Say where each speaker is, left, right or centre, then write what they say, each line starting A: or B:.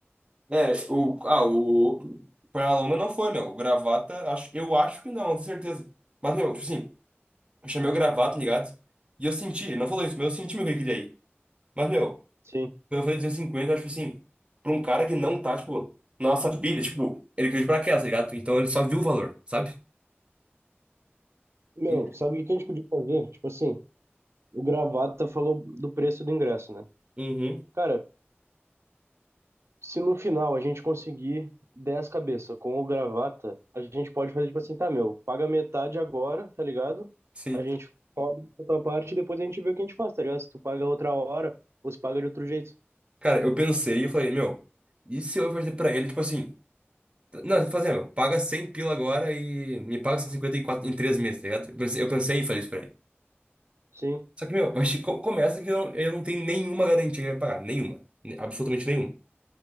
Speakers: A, on the right (about 25°); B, on the right (about 85°).
A: É, o. Ah, o. Pra longa não foi, meu. O gravata, acho, eu acho que não, não tenho certeza. Mas, meu, tipo assim, eu chamei o gravata, tá ligado? E eu senti, ele não falou isso, mas eu senti meu que ele queria ir. Mas, meu,
B: Sim.
A: Quando eu falei 250, eu acho assim, pra um cara que não tá, tipo, na nossa pilha, tipo, ele caiu de paraquedas, tá ligado? Então ele só viu o valor, sabe?
B: Meu,
A: E-
B: sabe o que que a gente podia fazer? Tipo assim, o Gravata falou do preço do ingresso, né?
A: Uhum,
B: Cara, Se no final a gente conseguir 10 cabeça com o gravata, a gente pode fazer tipo assim, tá, meu, paga metade agora, tá ligado?
A: sim.
B: A gente cobre a tua parte e depois a gente vê o que a gente faz, tá ligado? Se tu paga outra hora ou se paga de outro jeito.
A: Cara, eu pensei e falei, meu, e se eu oferecer pra ele, tipo assim, não, fazer, meu, paga 100 pila agora e me paga 154 em 3 meses, tá ligado? Eu pensei, eu pensei em fazer isso pra ele.
B: Sim,
A: Só que, meu, vai che- co- começa que eu, não- eu não tenho nenhuma garantia que ele vai me pagar, nenhuma, Ne- absolutamente nenhuma.